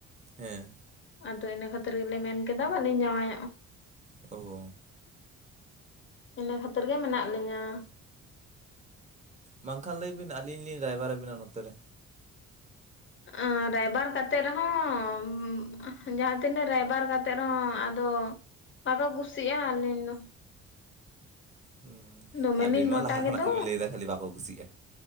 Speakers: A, on the right; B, on the left.
A: ᱦᱮᱸ
B: ᱟᱫᱚ ᱤᱱᱟᱹ ᱠᱷᱟᱹᱛᱤᱨ ᱜᱮᱞᱤᱱ ᱢᱮᱱ ᱠᱮᱫᱟ ᱵᱟᱟᱹᱞᱤᱧ ᱡᱟᱶᱟᱭᱚᱜ
A: ᱮ ᱜᱚ
B: ᱤᱱᱟᱹ ᱠᱷᱟᱹᱛᱤᱨ ᱜᱮ ᱢᱮᱱᱟᱜ ᱞᱤᱧᱟ
A: ᱵᱟᱝ ᱠᱷᱟᱱ ᱞᱟᱹᱭ ᱵᱤᱱ ᱟᱹᱞᱤᱧ ᱞᱤᱧ ᱨᱟᱭᱵᱟᱨ ᱟᱵᱤᱱᱟ ᱱᱚᱛᱮ ᱨᱮ
B: ᱚᱻ ᱨᱟᱭᱵᱟᱨ ᱠᱟᱛᱮᱜ ᱨᱮᱦᱚᱸ ᱡᱟᱦᱟᱸ ᱛᱤᱱᱟᱹᱜ ᱨᱟᱭᱵᱟᱨ ᱠᱟᱛᱮᱜ ᱨᱮᱦᱚᱸ ᱟᱫᱚ, ᱵᱟᱠᱚ ᱠᱩᱥᱤᱜᱼᱟ ᱟᱞᱤᱧ ᱫᱚ
A: ᱦᱚᱻ
B: ᱫᱚᱢᱮᱞᱤᱧ
A: ᱟᱵᱤᱱ ᱢᱟ
B: ᱢᱚᱴᱟ
A: ᱞᱟᱦᱟ ᱠᱷᱚᱱᱟᱜ
B: ᱜᱮᱫᱚ
A: ᱜᱮ ᱵᱤᱱ ᱞᱟᱹᱭᱫᱟ ᱠᱷᱟᱹᱞᱤ ᱵᱟᱠᱚ ᱠᱩᱥᱤᱜᱼᱟ